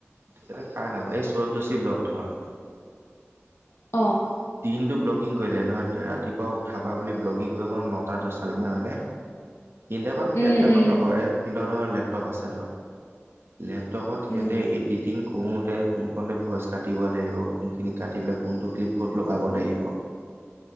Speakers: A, on the right; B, on the left.
A: এটা কাৰ নামৰ, এই সৌৰভ যোশীৰ ব্লগ ধৰ
B: অ'।
A: দিনটো ব্লগিং কৰিলে ধৰ ৰাতিপুৱা উঠাপা বুলি ব্লগিং কৰিব নটা দহটালৈকে নহয়নে? সিহঁতে বাৰু কেপ
B: উম,
A: কাটত
B: উম,
A: নকৰে, সিহঁতৰ ধৰ লেপটপ আছে ধৰ। লেপটপত সিহঁতে
B: উম,
A: এডিট এটিং কৰোঁতে কোনখনতে ভইচ কাটিব লাগিব, কোনখিনি কাটি পেলাই কোনটো ক্লিপ ক'ত লগাব লাগিব,